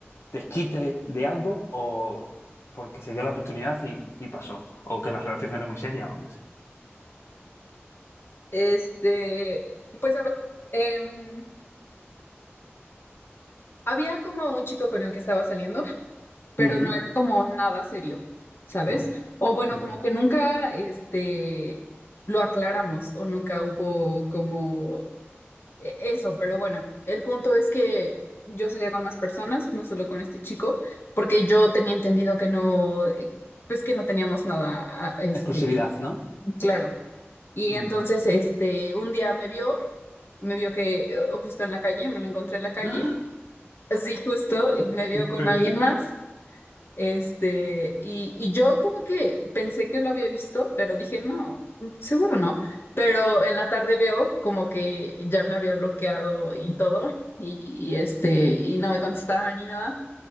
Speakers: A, on the left (about 80°); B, on the left (about 60°).
A: desquite de algo o porque se dio la oportunidad y, y pasó. O que la relación era muy seria o no sé.
B: Este, pues a ver, em, había como un chico con el que estaba saliendo, pero
A: Ujú,
B: no era como nada serio, ¿sabes?
A: Vale.
B: O bueno,
A: Ujú.
B: como que nunca, este, lo aclaramos o nunca hubo como e- Eso, pero bueno, el punto es que yo salía con más personas, no solo con este chico, porque yo tenía entendido que no, eh, pues que no teníamos nada, ah, este,
A: Exclusividad, ¿no?
B: claro. Y
A: Mm.
B: entonces, este, un día me vio, me vio que eh, justo en la calle, me lo encontré en la calle,
A: ¡Ah!
B: así justo, eh, me vio
A: Espérate.
B: con alguien más este, y, y yo como que pensé que lo había visto, pero dije, no, mm, seguro no. Pero en la tarde veo como que ya me había bloqueado y todo, y, y este, y no me contestaba ni nada.